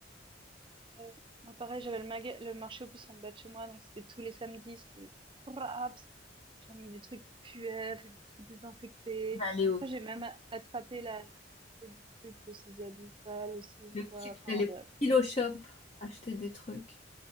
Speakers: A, on the right; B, on the left.
A: Euh, Moi, pareil, j'avais le, maga- le marché aux puces en bas de chez moi, donc c'était tous les samedis, c'était raps. j'ai J'emmenais des trucs qui puaient, fallait tout désinfecter.
B: J'allais au...
A: Après, j'ai même attrapé la... des trucs de ses habits sales aussi une
B: le
A: fois.
B: ki-
A: Enfin,
B: j'allais
A: bref.
B: au Kilo Shop acheter des trucs.